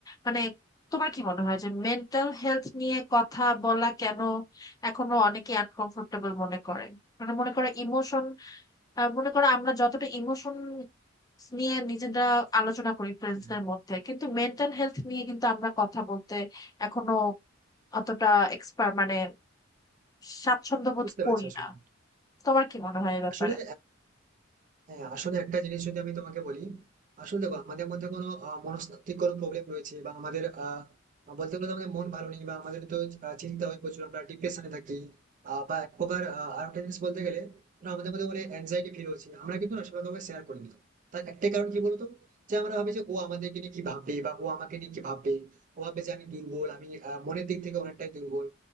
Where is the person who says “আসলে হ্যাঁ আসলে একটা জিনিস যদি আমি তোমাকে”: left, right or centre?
Right